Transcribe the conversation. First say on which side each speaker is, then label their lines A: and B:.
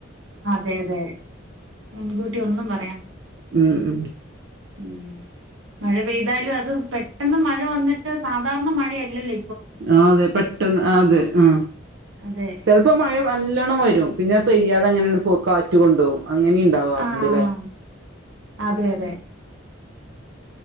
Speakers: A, on the right; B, on the right.
A: അതെ അതെ മുൻകൂട്ടി ഒന്നും പറ
B: ഉം ഉ
A: ഉം മഴ പെയ്താലും അത് പെട്ടെന്ന് മഴ വന്നിട്ട് സാധാരണ മഴയല്ലല്ലിത്
B: ആ അതെ പെട്ടെന്ന് അതെ ആ
A: അതെ
B: ചെലപ്പോ മഴ നല്ലോണം വരും പിന്നെ പെയ്യാതെങ്ങനണ് പോ കാറ്റ് കൊണ്ടോകും. അങ്ങനിം ണ്ടവർണ്ട്
A: ആഹ്
B: ലെ
A: അതെ അതെ